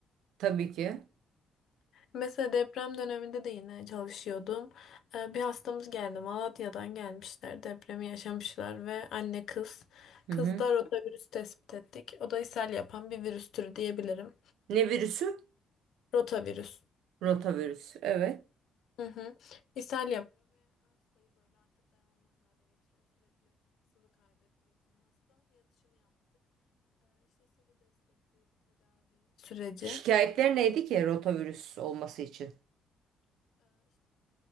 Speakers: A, on the right; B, on the left.
A: Tabii ki.
B: Mesela deprem döneminde de yine çalışıyordum. E, bir hastamız geldi. Malatya'dan gelmişler. Depremi yaşamışlar ve anne kız.
A: Hı
B: Kızda
A: hı.
B: rotavirüs tespit ettik. O da ishal yapan bir virüs türü diyebilirim.
A: Ne virüsü?
B: Rotavirüs.
A: Rotavirüs. Evet.
B: Hı. İshal Önce
A: Şikayetler neydi ki rotavirüs olması için?